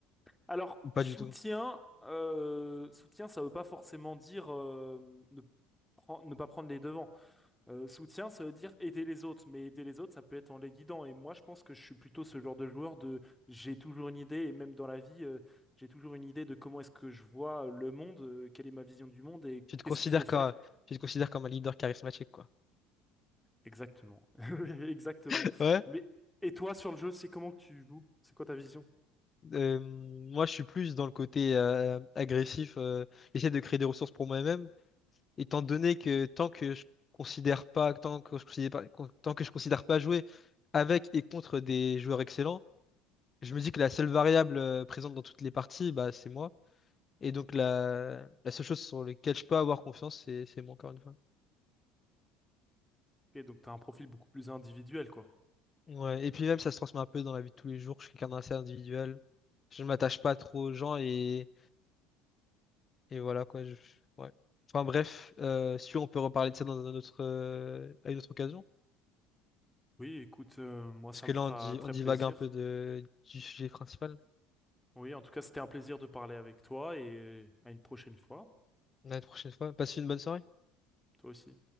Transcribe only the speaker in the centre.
Alors,
soutien,
euh, soutien, ça veut pas forcément dire euh, ne, pren- ne pas prendre les devants. Euh, soutien, ça veut dire aider les autres. Mais aider les autres, ça peut être en les guidant. Et moi, je pense que je suis plutôt ce genre de joueur de j'ai toujours une idée, et même dans la vie, euh, j'ai toujours une idée de comment est-ce que je vois le monde, euh, quelle est ma vision du monde et
qu'est-ce
qu'il faut faire.
Exactement. <laughs> Exactement.
Mais et toi sur le jeu, c'est comment que tu joues? C'est quoi ta vision?
Et donc t'as un profil beaucoup plus individuel, quoi.
Oui, écoute, euh, moi
ça
me
fera
très
plaisir.
Oui, en tout cas, c'était un plaisir de parler avec toi et à une prochaine fois.
Toi aussi.